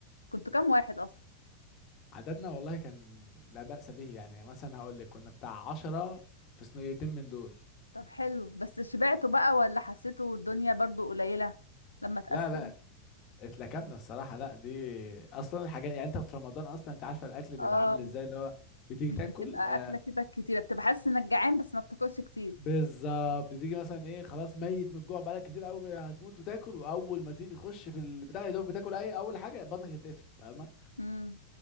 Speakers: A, on the left; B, on the left.
A: كنتوا كام واحد اصلا
B: عددنا والله كان لا بأس به يعني مثلا هقول لك كنا بتاع عشرة في صينيتين من دول
A: طب حلو بس شبعتوا بقى ولا حسيتوا الدنيا برضو قليله لما تقسم
B: لا لا اتلكمنا الصراحة لا دي أصلا الحاجات يعني أنت في رمضان أصلا أنت عارفة الأكل بيبقى
A: اه
B: عامل إزاي اللي هو بتيجي
A: مش
B: تاكل
A: بتبقى
B: آه
A: اكله كده كتيره بتبقى حاسس انك جعان بس ما بتاكلش كتير
B: بالظبط بتيجي مثلا إيه خلاص ميت من الجوع بقالك كتير قوي هتموت وتاكل وأول ما تيجي تخش في البتاع يا دوب بتاكل أي أول حاجة بطنك تتقفل فاهمة
A: امم